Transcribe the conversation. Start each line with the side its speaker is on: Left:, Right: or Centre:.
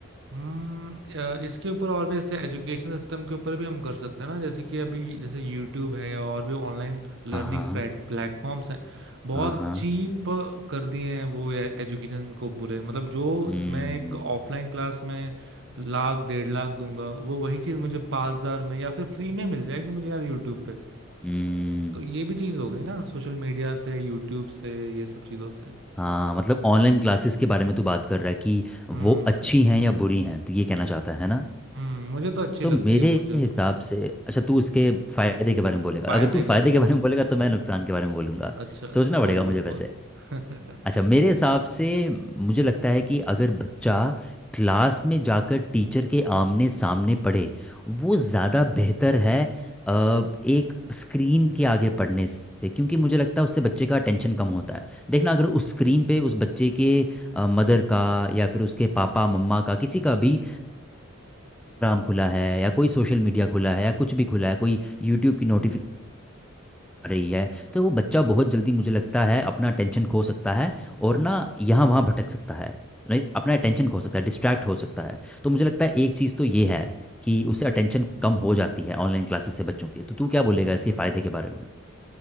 Right: हम्म अ, इसके ऊपर और भी जैसे एजुकेशन सिस्टम के ऊपर भी हम कर सकते हैं ना जैसे कि अभी जैसे यूट्यूब है या और भी ऑनलाइन लर्निंग
Centre: हाँ हाँ
Right: प्लेटफॉर्म्स हैं बहुत
Centre: हाँ हाँ
Right: चीप कर दिए हैं वो एजुकेशन को पूरे मतलब जो
Centre: हम्म
Right: मैं एक ऑफलाइन क्लास में लाख डेढ़ लाख दूंगा वो वही चीज मुझे पाँच हजार में या फिर फ्री में मिल जाएगी मुझे यार यूट्यूब पे
Centre: हम्म
Right: तो ये भी चीज हो गई ना सोशल मीडिया से यूट्यूब से ये सब चीजों से
Centre: हाँ मतलब ऑनलाइन क्लासेस के बारे में तू बात कर रहा है कि वो
Right: हम्म
Centre: अच्छी हैं या बुरी हैं तो ये कहना चाहता है ना
Right: हम्म मुझे तो अच्छी
Centre: तो
Right: लगती
Centre: मेरे
Right: है मुझे
Centre: हिसाब
Right: तो
Centre: से अच्छा तू उसके फायदे के बारे में बोलेगा
Right: फायदे
Centre: अगर तू फायदे
Right: के बारे में
Centre: के
Right: बता
Centre: बारे
Right: रहा
Centre: में बोलेगा
Right: हूँ
Centre: तो मैं नुकसान के बारे में बोलूंगा
Right: अच्छा अच्छा
Centre: सोचना पड़ेगा
Right: बोल बोल
Centre: मुझे वैसे
Right: बोल <laughs>
Centre: अच्छा मेरे हिसाब से मुझे लगता है कि अगर बच्चा क्लास में जाकर टीचर के आमने सामने पढ़े वो ज़्यादा बेहतर है अ, एक स्क्रीन के आगे पढ़ने से क्योंकि मुझे लगता है उससे बच्चे का टेंशन कम होता है देखना अगर उस स्क्रीन पे उस बच्चे के मदर का या फिर उसके पापा मम्मा का किसी का भी इंस्टाग्राम खुला है या कोई सोशल मीडिया खुला है या कुछ भी खुला है कोई यूट्यूब की नोटिफिकेशन आ रही है तो वो बच्चा बहुत जल्दी मुझे लगता है अपना अटेंशन खो सकता है और ना यहाँ वहाँ भटक सकता है नहीं अपना अटेंशन खो सकता है डिस्ट्रैक्ट हो सकता है तो मुझे लगता है एक चीज़ तो ये है कि उससे अटेंशन कम हो जाती है ऑनलाइन क्लासेस से बच्चों की तो तू क्या बोलेगा इसके फ़ायदे के बारे में